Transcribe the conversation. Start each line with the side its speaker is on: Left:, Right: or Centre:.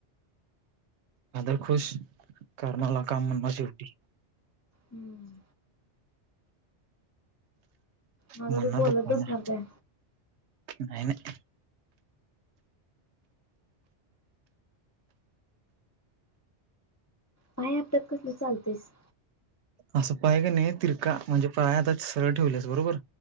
Right: फादर खुश. करून आला काम म्हणणार शेवटी.
Left: हुं. माझा
Right: म्हणणार
Left: तू बोलत
Right: पप्पांना
Left: बसणार काय
Right: नाही, नाही.
Left: पाय आपटत कसलं चालतोयस?
Right: असं पाय क नाही तिरका. म्हणजे पाय आता सरळ ठेवल्यास बरोबर.